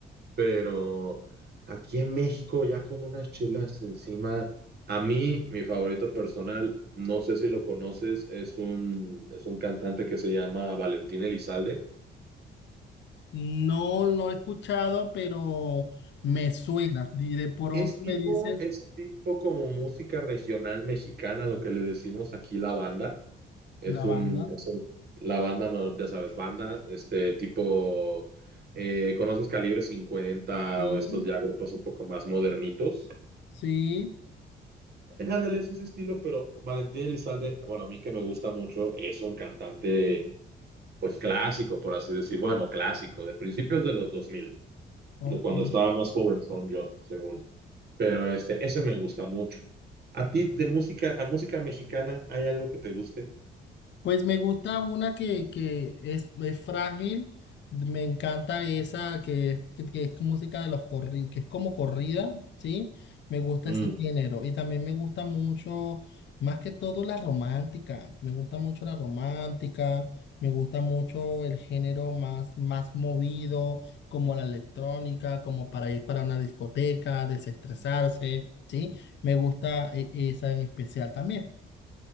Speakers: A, on the right; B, on the left.
A: pero aquí en México ya con unas chelas encima, a mí, mi favorito personal, no sé si lo conoces, es un, es un cantante que se llama Valentín Elizalde.
B: No, no he escuchado, pero me suena. Y de pronto
A: Es tipo,
B: me dices
A: es tipo como música regional mexicana, lo que le decimos aquí la banda. Es
B: la
A: un,
B: banda.
A: es un- la banda, no, ya sabes, banda, este tipo, eh, ¿conoces Calibre cincuenta
B: Sí,
A: o estos ya grupos un poco más modernitos?
B: sí,
A: Eh, Ándale, es ese estilo, pero Valentín Elizalde, bueno, a mí que me gusta mucho, es un cantante, pues clásico, por así decir, bueno, clásico, de principios de los dos mil
B: ok.
A: de cuando estaba más joven son yo, según. Pero este, ese me gusta mucho. ¿A ti de música, a música mexicana, hay algo que te guste?
B: Pues me gusta una que, que es, es frágil, me encanta esa que, es- que, que es música de los corridos, que es como corrida, ¿sí? Me gusta
A: Mm,
B: ese género y también me gusta mucho, más que todo la romántica, me gusta mucho la romántica, me gusta mucho el género más, más movido, como la electrónica, como para ir para una discoteca, desestresarse, ¿sí? Me gusta eh, esa en especial también.